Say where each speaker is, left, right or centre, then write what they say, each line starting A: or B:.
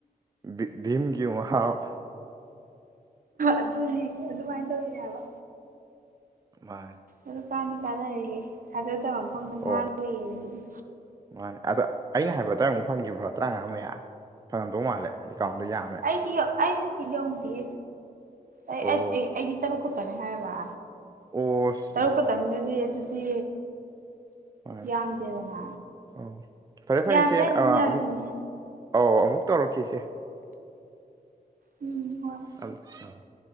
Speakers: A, on the right (about 25°); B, on the right (about 60°).
A: ꯚꯤ ꯚꯤꯝꯒꯤ ꯑꯃꯨ ꯍꯥꯞ
B: ꯑꯗꯨꯅꯦ ꯑꯗꯨꯃꯥꯏꯟ ꯇꯧꯏꯅꯦ ꯍꯥꯕ꯫
A: ꯃꯥꯟꯅꯦ
B: ꯑꯗꯨ ꯀꯥꯟꯗꯤ ꯀꯥꯟꯅꯔꯦꯍꯦ ꯊꯥꯖꯗꯕ ꯃꯐꯝꯗ ꯉꯥ
A: ꯑꯣ
B: ꯂꯩ ꯑꯗꯨꯅꯤ
A: ꯃꯥꯅꯦ ꯑꯗꯣ ꯑꯩꯅ ꯍꯥꯏꯕ ꯑꯗꯨꯋꯥꯏꯃꯨꯛ ꯐꯪꯒꯤꯕ꯭ꯔꯣ ꯇ꯭ꯔꯥꯉꯥ ꯃꯌꯥ? ꯐꯪꯉꯝꯗꯧ ꯃꯥꯜꯂꯦ ꯑꯦꯀꯥꯎꯟꯗꯣ ꯌꯥꯝꯃꯦ꯫
B: ꯑꯩꯗꯤ ꯌꯧ ꯑꯩ ꯅꯠꯇꯤ ꯌꯧꯗꯦꯍꯦ ꯑꯩ
A: ꯑꯣ
B: ꯑꯩ ꯑꯦ ꯑꯩꯗꯤ ꯇꯔꯨꯛ ꯈꯛꯇꯅꯦ ꯍꯥꯏꯔꯒ
A: ꯑꯣ ꯑꯁ
B: ꯇꯔꯨꯛ ꯈꯛꯇꯪꯗꯗꯤ
A: ꯆꯨꯝꯃꯦ ꯆꯨꯝꯃꯦ
B: ꯑꯗꯨꯗꯤ
A: ꯃꯥꯅꯦ
B: ꯌꯥꯝꯗꯦꯗꯅ
A: ꯑꯧ ꯐꯔꯦ ꯐꯔꯦ
B: ꯌꯥꯝꯗꯦ
A: ꯏꯆꯦ
B: ꯍꯥꯏꯗꯤ
A: ꯑ
B: ꯑꯗꯨꯝ ꯌꯥꯝꯃꯤꯄꯣꯠꯅꯦ
A: ꯑꯃꯨꯛ ꯑꯧ ꯑꯃꯨꯛ ꯇꯧꯔꯛꯀꯦ ꯏꯆꯦ꯫
B: ꯎꯝ ꯍꯣꯏ
A: <unintelligible>